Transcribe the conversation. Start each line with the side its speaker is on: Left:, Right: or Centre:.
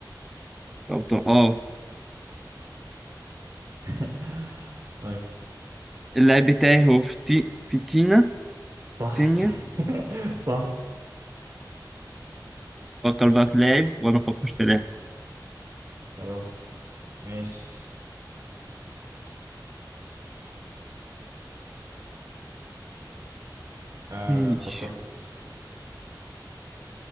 Centre: أو طو- اه
Right: <laughs> نايس
Centre: اللاعب بتاعي هو فتي... فتينا
Right: صح
Centre: فتينيا
Right: <laughs> صح
Centre: فكر بقى في لاعب وانا افكر في لاعب
Right: خلاص ماشي آه
Centre: ماشي
Right: فكرت